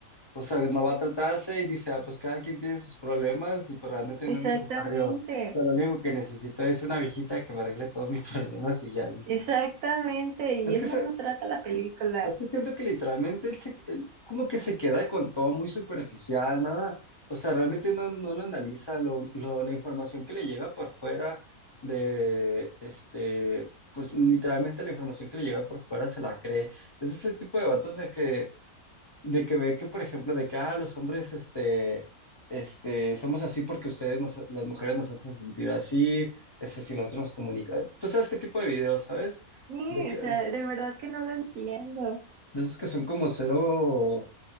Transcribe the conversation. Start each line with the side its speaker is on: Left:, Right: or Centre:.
Left: o sea, no va a tratarse y dice, ah, pues cada quien tiene sus problemas y pues realmente
Right: exactamente,
Left: no es necesario. O sea, lo único que necesito es una viejita que me arregle todos mis <laughs> problemas y ya, listo.
Right: exactamente, y
Left: Es
Right: eso
Left: que, sa-
Right: no trata la película.
Left: es que siento que literalmente él, se- él como que se
Right: Sí,
Left: queda con todo muy superficial, nada. O sea, realmente no, no lo analiza, lo, lo- la información que le llega por fuera de, este, pues literalmente la información que le llega por fuera se la cree. Es ese tipo de vatos de que, de que ve que, por ejemplo, de que, ah, los hombres, este, este, somos así porque ustedes, nos, las mujeres nos hacen sentir así, este, si nosotros nos comunicamos. ¿Tú sabes qué tipo de videos, sabes?
Right: o
Left: De que,
Right: sea, de verdad que no lo entiendo.
Left: de esos que son como cero,